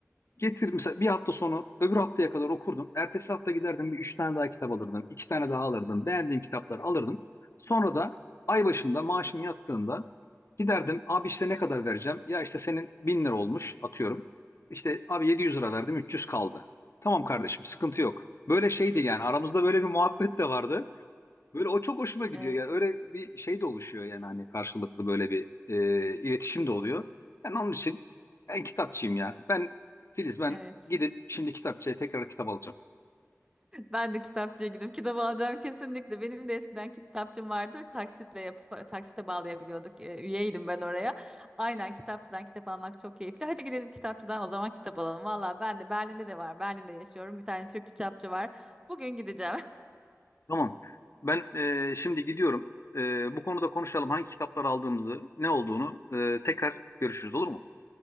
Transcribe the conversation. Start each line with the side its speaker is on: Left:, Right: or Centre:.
Left: Getir mesela bir hafta sonu öbür haftaya kadar okurdum. Ertesi hafta giderdim bir üç tane daha kitap alırdım. iki tane daha alırdım. Beğendiğim kitapları alırdım. Sonra da ay başında maaşım yattığında giderdim. Abi işte ne kadar vereceğim? Ya işte senin bin lira olmuş atıyorum. İşte abi 700 lira verdim 300 kaldı. Tamam kardeşim sıkıntı yok. Böyle şeydi yani aramızda böyle bir muhabbet de vardı. Böyle o çok hoşuma gidiyor
Right: Evet.
Left: yani öyle bir şey de oluşuyor yani hani karşılıklı böyle bir e, iletişim de oluyor. yani onun için ben kitapçıyım ya. Ben Filiz ben
Right: Evet.
Left: gidip şimdi kitapçıya tekrar kitap alacağım.
Right: Ben de kitapçıya gidip kitap alacağım kesinlikle. Benim de eskiden kitapçım vardı. Taksitle yap taksite bağlayabiliyorduk. Ee, üyeydim ben oraya. Aynen kitapçıdan kitap almak çok keyifli. Hadi gidelim kitapçıdan o zaman kitap alalım. Valla ben de Berlin'de de var. Berlin'de yaşıyorum. Bir tane Türk kitapçı var. Bugün gideceğim. <laughs>
Left: Tamam. Ben e, şimdi gidiyorum. E, bu konuda konuşalım hangi kitaplar aldığımızı, ne olduğunu e, tekrar görüşürüz olur mu?